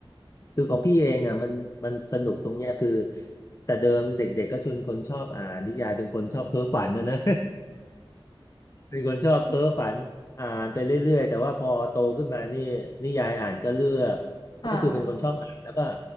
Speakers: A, on the left (about 35°); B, on the left (about 50°).
A: คือของพี่เองอ่ะมันมันสนุกตรงเนี้ยคือแต่เดิมเด็กๆก็ชวนคนชอบอ่านนิยายเป็นคนชอบเพ้อฝันนะนะ เป็นคนชอบเพ้อฝันอ่านไปเรื่อยๆแต่ว่าพอโตขึ้นมานี่นิยายอ่านก็เลือกก็คือเป็นคนชอบอ่านแล้วก็
B: ค่ะ